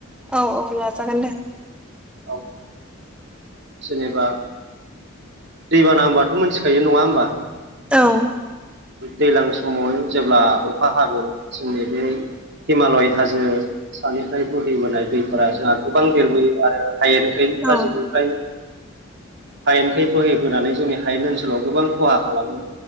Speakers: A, in the centre; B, on the right (about 60°).
A: औ औ लाजागोन दे
B: औ जेनेबा दैबाना होनबाथ' मिथिखायो नंङा होनोमबा
A: औ
B: दैज्लां समाव जेब्ला अखा हागोन जोंनि बे हिमालय हाजो सानिफ्राय बोहैबोनाय दैफोरा जोंहा गोबां देरबोयो आरो हायओखै
A: औ
B: हाजोनिफ्राय हायेनखै बोहैबोनानै जोंनि हायेन ओनसोलाव गोबां खहा खालामो